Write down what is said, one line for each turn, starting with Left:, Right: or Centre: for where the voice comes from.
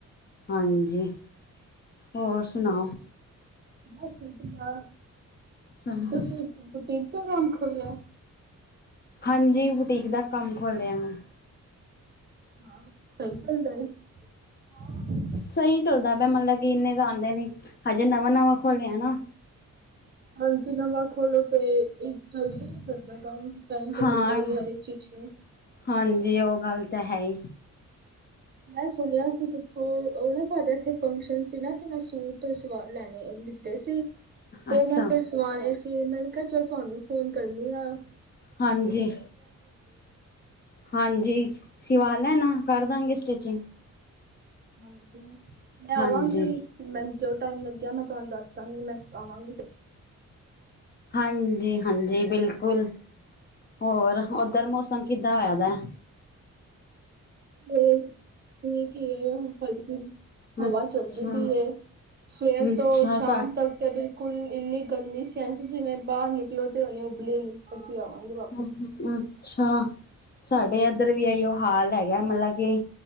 Left: ਹਾਂਜੀ। ਹੋਰ ਸਨਾ
Right: ਬਸ ਵਦੀਆ,
Left: ਚਲੋ
Right: ਤੁਸੀਂ ਇਕ ਬੁਟੀਕ ਦਾ ਕੰਮ ਖੋਲਿਆ।
Left: ਹਾਂਜੀ ਬੁਟੀਕ ਦਾ ਕੰਮ ਖੋਲਿਆ ਮੈਂ।
Right: ਹਾਂ ਸਈ ਚੱਲਦਾ ਏ, ਹਾਂ-ਹਾਂ।
Left: ਸਈ ਚੱਲਦਾ ਪਿਆ ਮਤਲਬ ਕੇ ਇੰਨੇ ਤਾਂ ਆਂਦੇ ਨੀ ਹਜੇ ਨਵਾਂ-ਨਵਾਂ ਖੋਲੇਆ ਨਾ।
Right: ਹਾਂਜੀ ਨਵਾਂ ਖੋਲੋ ਤੇ ਈ ਚੱਲਦਾ ਨ ਚੱਲਦਾ ਕੰਮ ਟਾਈਮ ਤਾਂ
Left: ਹਾਂ
Right: ਲੱਗਦਾ ਈ ਐ ਹਰੇਕ ਚੀਜ਼ ਚ।
Left: ਹਾਂਜੀ ਓ ਗੱਲ ਤਾਂ ਹੈ ਈ।
Right: ਮੈਂ ਸੁਨੇਆ ਸੀ ਕਿੱਥੋਂ ਓ ਨਾ ਸਾਡੇ ਏਥੇ ਫੰਕਸ਼ਨ ਸੀ ਨਾ। ਤੇ ਮੈਂ ਸੂਟ ਸਵਾ ਲੈਨੇ ਲਿੱਤੇ ਸੀ, ਤੇ
Left: ਅੱਛਾ
Right: ਮੈਂ ਫਿਰ ਸ ਵਾਣੇ ਸੀ ਮੈਂ ਕੇਆ ਚਲ ਧੋਨੂੰ ਫੋਨ ਕਰਨੀ ਆਂ।
Left: ਹਾਂਜੀ। ਹਾਂਜੀ, ਸੀਵਾ ਲੈਣਾ ਕਰ ਦਾਂਗੇ ਸਟੀਚੀਂਗ।
Right: ਹਾਂਜੀ, ਮੈਂ
Left: ਹਾਂਜੀ
Right: ਆਵਾਂਗੀ। ਮੈਨ ਜੋ ਟਾਈਮ ਲੱਗੇਆ ਮੈਂ ਧੋਨੂੰ ਦੱਸ ਦਾਂਗੀ ਮੈਂ ਆਵਾਂਗੀ,
Left: ਹਾਂਜੀ-ਹਾਂਜੀ ਬੇਲਕੁਲ, ਹੋਰ ਓਦਰ ਮੌਸਮ ਕੀਦਾਂ ਹੋਏਆ ਦਾ?
Right: ਫੇਰ, ਠੀਕ ਈ ਏ <unintelligible> ਹਵਾ
Left: ਅੱਛਾ
Right: ਚਲਦੀ ਪੀ ਏ, ਸਵੇਰ
Left: ਅੱਛਾ
Right: ਤੋਂ ਸ਼ਾਮ
Left: ਸਾ
Right: ਤੱਕ ਤੇ ਬੀਲ ਕੁਲ ਏਨੀ ਗਰਮੀ ਸਸੀ ਜੀਵੇਂ ਬਾਰ ਨਿਕਲੋ ਤੇ ਹੁਨੇ ਉਬਲੇਗੀ। ਅਸੀਂ ਆਵਾਂਗੇ ਵਾ
Left: <unintelligible> ਅੱਛਾ। ਸਾਡੇ ਐਧਰ ਵੀ ਐਈ ਓ ਹਾਲ ਹੈਗਾ ਮਲ ਆ ਕੀ,